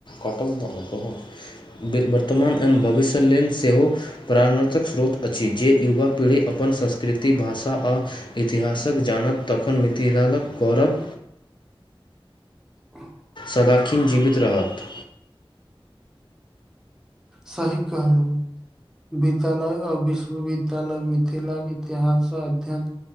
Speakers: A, on the left (about 55°); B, in the centre.
A: कटम दगत ह वर्तमान एहन भविष्य लेल सेहो प्राणबर्तक स्रोत अछि जे युवा पीढ़ी अपन अपन संस्कृति भाषा आ इतिहासक जानत तखन मिथिलालक करब
B: <unintelligible>
A: सदाकखिण जीवित रहत
B: सही कहलू विद्यालय आ विश्वविद्यालय मिथिलाक इतिहास अध्ययन